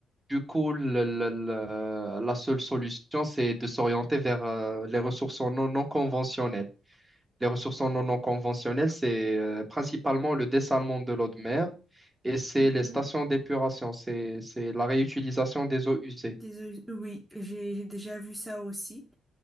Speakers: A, on the right; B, in the centre.
A: Du coup, le- le- le- la seule solution, c'est de s'orienter vers euh, les ressources non, non conventionnelles. Les ressources non, non conventionnelles, c'est euh, principalement le dessalement de l'eau de mer et c'est
B: Mhm.
A: les stations d'épuration, c'est, c'est la réutilisation des eaux usées.
B: Désolé. Oui, j'ai j'ai déjà vu ça aussi.